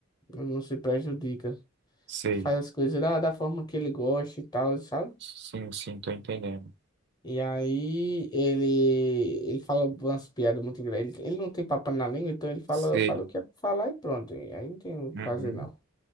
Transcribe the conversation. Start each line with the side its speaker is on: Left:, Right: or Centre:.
Left: não se prejudica.
Right: Sei.
Left: Faz as coisas da, da forma que ele gosta e tal, sabe?
Right: Sim, sim, tô entendendo.
Left: E aí ele, ele fala umas piadas muito grandes. Ele, ele não tem papo na língua, então ele fala,
Right: Sei.
Left: fala o que é pra falar e pronto. E aí não tem o que
Right: Uhum.
Left: fazer, não.